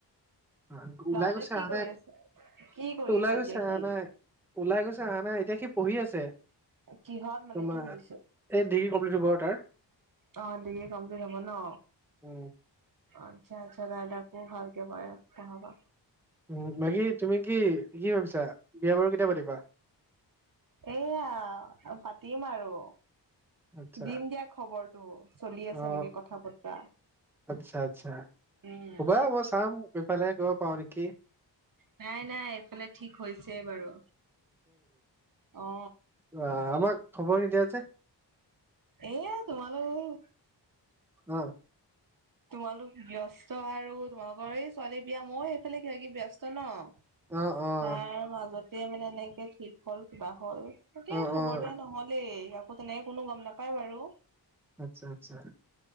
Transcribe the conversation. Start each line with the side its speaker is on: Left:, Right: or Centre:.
Centre: <unintelligible> ওলাই
Right: ল'ৰাটোৱে
Centre: গৈছে
Right: কি
Centre: আহা
Right: কৰি
Centre: নাই
Right: আছে? কি কৰি
Centre: অ, ওলাই
Right: আছে
Centre: গৈছে
Right: এতিয়া
Centre: আহা
Right: সি?
Centre: নাই। ওলাই গৈছে আহা নাই এতিয়া সি পঢ়ি আছে।
Right: কিহত মানে
Centre: তোমাৰ
Right: সেইটো সুধিছো?
Centre: এই ডিগ্ৰী কমপ্লিট হ'ব আৰু তাৰ
Right: অ, ডিগ্ৰী কমপ্লিত হব ন'।
Centre: উম
Right: আচ্ছা- আচ্ছা দাদাকো ভালকে <unintelligible> দেখাবা।
Centre: উম, বাকী তুমি কি- কি ভাবিছা বিয়া বাৰু কেতিয়া পাতিবা?
Right: এয়া অ, পাতিম আৰু।
Centre: আচ্ছা
Right: দিম দিয়া খবৰটো চলি
Centre: অ
Right: আছে নেকি কথা বতৰা?
Centre: আচ্ছা -আচ্ছা
Right: উম।
Centre: ক'বা মই চাম সিফালে গৈ পাওঁ নেকি।
Right: নাই- নাই এইফালে ঠিক হৈছেই বাৰু অ।
Centre: বাহ, আমাক খবৰ নিদিয়া যে?
Right: এয়া তোমালোক
Centre: অ',
Right: তোমালোক ব্যস্ত আৰু তোমালোকৰ এই ছোৱালী বিয়া মই ইফালে কিবা- কিবি ব্যস্ত ন'
Centre: অ', অ',
Right: তাৰ মাজত তে মানে এনেকে ঠিক হ'ল কিবা হল তাকেই
Centre: অ',
Right: খবৰ
Centre: অ',
Right: দিয়া নহলেই আকৌ তেনেকে কোনো গম নাপ পায় বাৰু।
Centre: আচ্ছা-আচ্ছা <unintelligible>